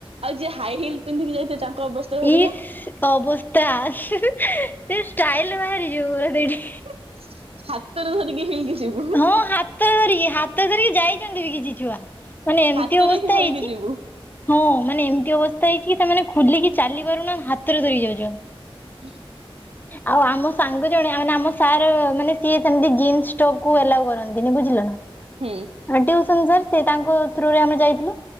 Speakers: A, on the right; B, on the left.
A: ଆଉ ଯିଏ ହାଇ ହିଲ୍ ପିନ୍ଧିକି ଯାଇଥିବେ ତାଙ୍କ ଅବସ୍ଥା? ଭାବିଲ
B: ଇସ୍ ଅବସ୍ଥା ସେ ଷ୍ଟାଇଲ ବାହାରିଯିବ ପୁରା ସେଇଠି।
A: ହାତ ହାତରେ ଧରିକି ହିଲ୍ କି ଯିବୁ।
B: ହଁ ହାତରେ ଧରିକି ହାତରେ ଧରିକି ଯାଇଛନ୍ତି ବି କିଛି ଛୁଆ। ମାନେ ଏମିତି
A: ହାତରେ
B: ଅବସ୍ଥା
A: ହିଁ ଧରିକି
B: ହେଇଛି?
A: ଯିବୁ
B: ହଁ ମାନେ ଏମିତି ଅବସ୍ଥା ହେଇଛି କି ସେମାନେ ଖୋଲିକି ଚାଲି ପାରୁନା ହାତରେ ଧରି ଯାଉଛନ୍ତି।
A: <inaudible>
B: ଆଉ ଆମ ସାଙ୍ଗ ଜଣେ ମାନେ ଆମ ସାର ମାନେ ସିଏ ସେମତି ଜିନ୍ସ ଟପ୍ କୁ ଆଲାଉ କରନ୍ ନ୍ତିନି ବୁଝିଲେ ନା
A: ହୁଁ
B: ମୋ ଟିୟୁସନ୍ ସାର୍ ସେ ତାଙ୍କ ଥ୍ରୁ ରେ ଆମେ ଯାଇଥିଲୁ।